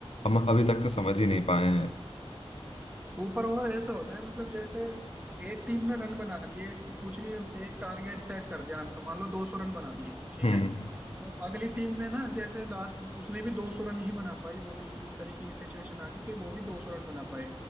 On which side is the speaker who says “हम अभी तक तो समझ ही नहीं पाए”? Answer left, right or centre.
Left